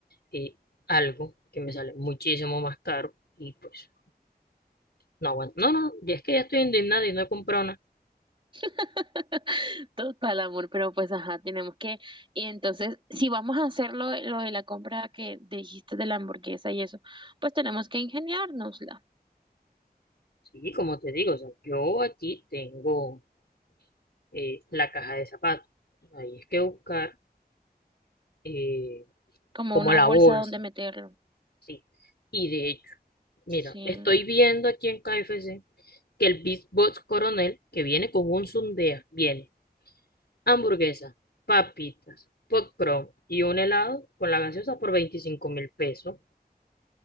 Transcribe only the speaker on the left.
eh, algo que me sale muchísimo más caro? Y pues, no aguanto. No, no, ya es que ya estoy indignada y no he comprado nada.
Sí, como te digo, o sea, yo aquí tengo eh, la caja de zapatos. Ahí es que buscar eh,
como
la
bolsa
Sí. Y de hecho, mira,
estoy viendo aquí en KFC que el Big Boss Coronel, que viene con un sundea, viene hamburguesa, papitas, popcorn y un helado con la gaseosa por veinticinco mil pesos.